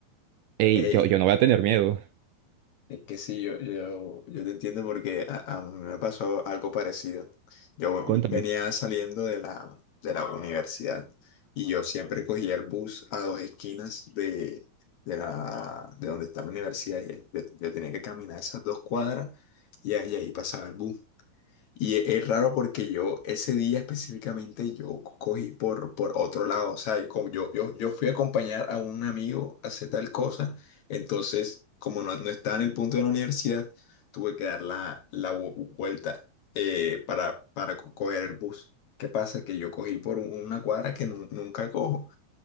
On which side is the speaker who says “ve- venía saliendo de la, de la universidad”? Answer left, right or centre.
Left